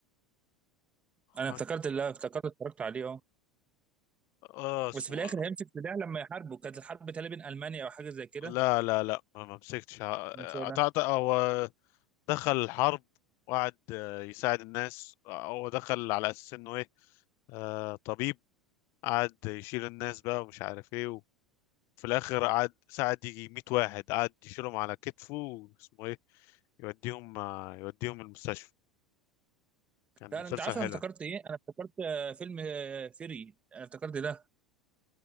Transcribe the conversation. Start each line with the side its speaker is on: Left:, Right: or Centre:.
Right: انا
Left: هاك
Right: افتكرت اللي افتكرت اتفرجت عليه اه
Left: اه اسمه
Right: بس في الاخر
Left: إيه،
Right: هيمسك سلاح لما يحاربوا كانت الحرب تقريبا بين المانيا او حاجه زي كده
Left: لا لا لا ما ما مسكتش ع-
Right: أنا
Left: أعتقد
Right: مش فاكر ده.
Left: هو دخل الحرب وقعد آه، يساعد الناس هو دخل على اساس انه ايه آه طبيب قعد يشيل الناس بقى ومش عارف ايه وفي الاخر قعد ساعد يجي 100 واحد قعد يشيلهم على كتفه واسمه ايه يوديهم آه، يوديهم المستشفى كان
Right: لا
Left: مسلسل
Right: انت عارف
Left: حلو
Right: انا افتكرت ايه انا افتكرت آه، فيلم آه، فيري انا افتكرت ده